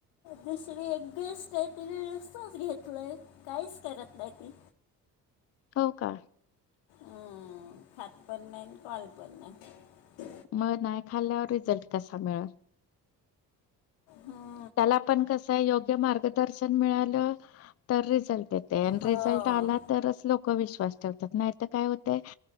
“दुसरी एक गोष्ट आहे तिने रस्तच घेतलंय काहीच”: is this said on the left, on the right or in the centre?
Left